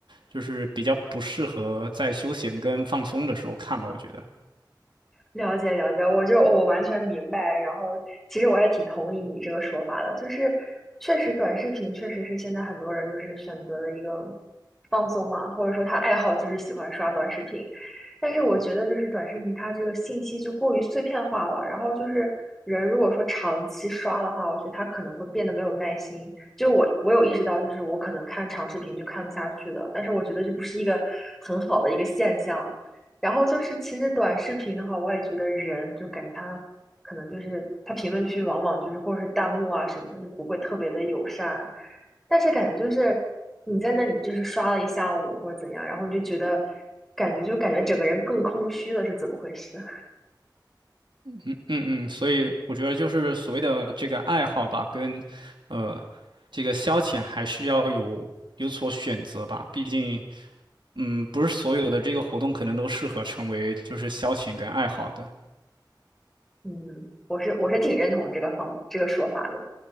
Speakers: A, on the right; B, in the centre.
A: 就是比较不适合在休闲跟放松的时候看吧，我觉得。
B: 了解了解，我就我完全明白。然后，其实我还挺同意你这个说法的，就是确实短视频确实是现在很多人就是选择的一个放松嘛，或者说他爱好就是喜欢刷短视频。但是我觉得就是短视频它这个信息就过于碎片化了，然后就是人如果说长期刷的话，我觉得他可能会变得没有耐心。就我我有意识到，就是我可能看长视频就看不下去了，但是我觉得这不是一个很好的一个现象。然后就是，其实短视频的话，我也觉得人就感觉他可能就是他评论区往往就是或者是弹幕啊什么的，就不会特别的友善。但是感觉就是你在那里就是刷了一下午或者怎样，然后你就觉得感觉就感觉整个人更空虚了，是怎么回事？<laughs>
A: 嗯嗯，所以我觉得就是所谓的这个爱好吧，跟，呃，这个消遣还是要有有所选择吧。毕竟，嗯，不是所有的这个活动可能都适合成为就是消遣跟爱好的。
B: 嗯，我是我是挺认同这个方这个说法的。